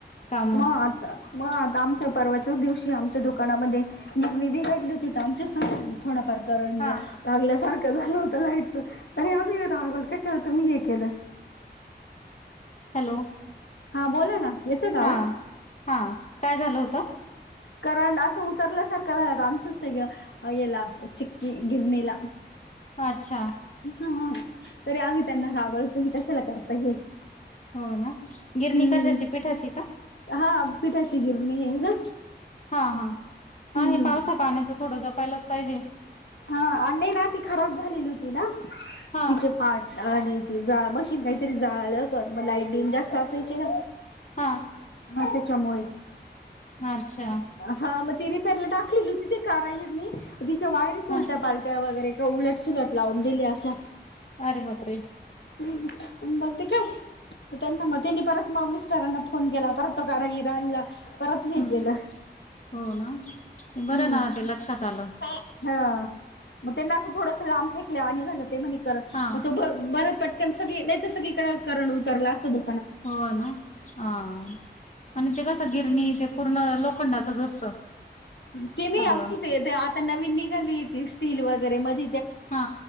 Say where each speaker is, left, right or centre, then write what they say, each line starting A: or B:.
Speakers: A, on the left (about 40°); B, on the left (about 85°).
A: काम
B: मग आता मग आता आमच्या परवाच्याच दिवशी आमच्या दुकानामध्ये नीरवी बिघडली होती तर आमच्या थोड फार करंट
A: हा
B: लागल्या सारखं झालं होत लाईटच तरी आम्ही रागवल, कश्यात मी हे केलं
A: हॅलो
B: हां बोला ना येतोय का आवाज
A: हा हा काय झालं होतं
B: करंड असं उतरल्या सारखं झालंत आमच्याच तिकडं येला, चिक्की गिरनीला
A: हा अच्छा! !
B: हा तरी आम्ही त्यांना रागवलं, तुम्ही कशाला करता हे
A: हो ना, गिरणी
B: हम्म
A: कशाची पिठाची का?
B: हा पिठाची गिरणी आहे ना
A: हा हा हा,
B: हम्म
A: हे पावसा पाण्याच थोडं जपायलाच पाहिजे-
B: हा, आणि ना ती खराब झालेली होती ना,
A: हा
B: तिचे पार्ट आणि ती जा, मशीन काहीतरी जाळालं होत मग लाईट डीम जास्त असायची ना,
A: हा
B: हा त्यांच्या मुळे
A: अच्छा
B: हा मग ती रिपेअरला टाकलेली तिथे कारा येईर तिच्या वायरी सु
A: हा
B: उलट्या पालट्या वगैरे उलटसलट लावून दिले असशा
A: अ रे माप रे
B: आणि बघते काय त्यांना मग त्यांनी परत मग मिस्टरांना फोन केला परत तो कारागिर आणला परत हे
A: हम्म
B: केलं
A: हो ना बरं
B: हम्म
A: ना ते लक्षात आलं
B: हा मग त्यांना असं थोडस लांब फेकल्या आणि आणि झालं ते म्हणे कर
A: हा
B: मग त बरं पटकन सगळी नाही तर सगळीकं करड उतरलं असं दुः
A: हो ना ह आणि ते कसं गिरणी ते पूर्ण लोखंडाचच असतं
B: ती नाही
A: सगळं
B: आमची ते आता नवीन निघाली ती स्टील वगैरे मध
A: हा